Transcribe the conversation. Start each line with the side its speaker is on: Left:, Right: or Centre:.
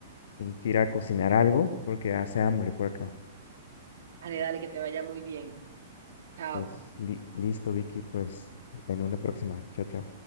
Left: tengo que ir a cocinar algo porque hace hambre por acá.
Right: dale, dale, que te vaya muy bien. Chao.
Left: Pues li- listo, Vicky, pues en una próxima. Chao, chao.